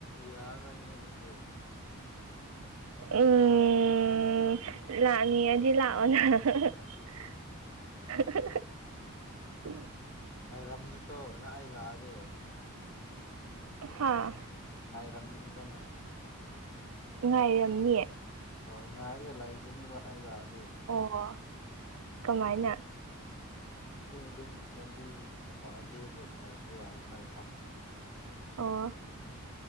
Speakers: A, on the left (about 45°); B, on the right (about 70°).
A: ꯌꯥꯔꯔꯣꯏꯅꯦ ꯑꯗꯨꯗꯤ
B: ꯎꯝ ꯂꯥꯛꯅꯤꯡꯉꯗꯤ ꯂꯥꯛꯑꯣꯅ <unintelligible>
A: ꯉꯔꯝꯅꯤꯀꯣ ꯅꯪ ꯑꯩ ꯂꯥꯛꯑꯗꯤ
B: ꯍꯥꯥ
A: ꯉꯔꯝꯃꯤꯕꯅꯥ
B: ꯉꯥꯏꯔꯝꯅꯤꯌꯦ
A: ꯑ ꯉꯥꯏꯔꯒ ꯂꯩꯒꯅꯤꯕ ꯑꯩ ꯂꯥꯛꯑꯒ
B: ꯑꯣ ꯀꯃꯥꯏꯅ
A: ꯑꯦ ꯑꯗꯨꯝ ꯂꯝꯕꯤ ꯂꯝꯄꯥ ꯂꯦꯞꯄ ꯉꯥꯏꯔꯝꯕ ꯌꯥꯏꯅ ꯑꯩ ꯂꯥꯛꯂ
B: ꯑꯣ